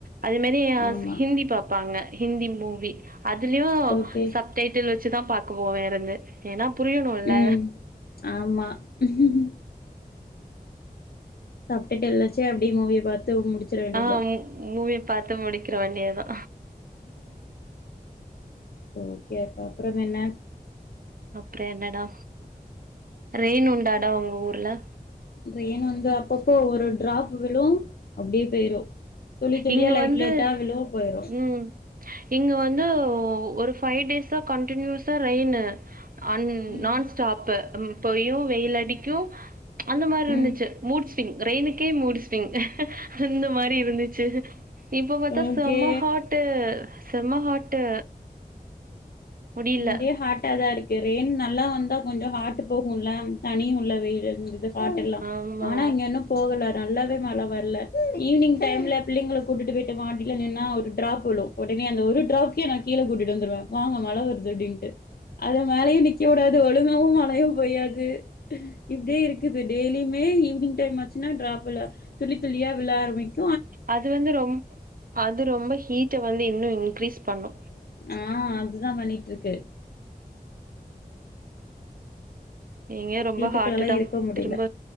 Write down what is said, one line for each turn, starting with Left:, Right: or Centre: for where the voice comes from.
Right: அது மேரி அ
Left: ஆமா
Right: ஹிந்தி பாப்பாங்க ஹிந்தி மூவி அதுலியு
Left: ஓகே
Right: சப் டைட்டில் வெச்சுதா பாக்குவோ வேரது ஏனா புரியணுல
Left: ம் ஆமா ம் சப்டைடில்லவெச்சு அப்டியே மூவிய பாத்து முடிச்சிர வேண்டியதா
Right: ஆ மூவி பாத்து முடிக்கிற வேண்டிய தா
Left: ஓகே அக்கா அப்புறம் என்ன
Right: அப்புற என்னடா ரெயின் உண்டாடா உங்க ஊர்ல
Left: ரெயின் வந்து அப்பப்போ ஒரு டிராப்பு விழு அப்டி பேய்ரு துளி துளியா
Right: இங்க
Left: லைட்
Right: வந்து
Left: லைட்டா விழு போயிரு
Right: ம் இங்க வந்து ஒரு ஃபைவ் டேஸ்ஸா கண்டினியுஷா ரெயினு அன்
Left: ம்
Right: நான் ஸ்டாப்பு இப்பயு வெயில் அடிக்கு அந்த மார்ருந்துச்சு
Left: ம்
Right: மூட்ஸிவிங் ரெய்னுக்கே மூட்ஸிவிங் அந்த மாரி இருந்துச்சு இப்ப பாத்தா
Left: ஓகே
Right: செம ஹாட்டு செம ஹாட்டு முடில
Left: இங்கியு ஹாட் அதா இருக்கு ரெயின் நல்லா வந்தா கொஞ்ச ஹாட்டு போகுல தனி உள்ள வெயிலுந்து ஹாட்டில்லா
Right: ஆமா
Left: ஆனா இங்க இன்னு போகல நல்லாவே மழ வரல ஈவினிங் டைம்ல் பிள்ளைங்கள கூட்டிட்டு போயிட்டு மாட்டில நின்னா ஒரு ட்ராப் விழு ஒடனே அந்த ஒரு டிராப்கே நா கீழ கூட்டிட் வந்துடுவ வாங்க மழ வர்து அப்டின்ட்டு அது மேலய நிக்க உடாது ஒழுங்காவு மழயு பொய்யாது இப்டியே இருக்குது டெய்லியுமே ஈவினிங் டைம் வன்ச்சுனா ட்ராப்புல துளி துளியா விழ ஆரம்பிக்
Right: அது வந்து ரொம் அது ரொம்ப ஹீட்ட வந்து இன்னு இன்கிரீஸ் பண்ணு
Left: ஆ அதுதா பண்ணிட்ருக்கு
Right: இங்க ரொம்ப
Left: வீட்டுக்குள்ளலா
Right: ஹாட்டுடா
Left: இருக்க முடில
Right: திரும்ப